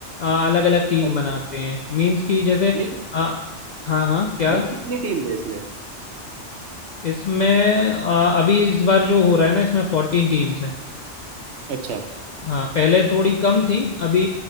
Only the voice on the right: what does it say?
अच्छा
अच्छा।
नहीं तो
भाई कितनी टीम्स है इसमें
अच्छा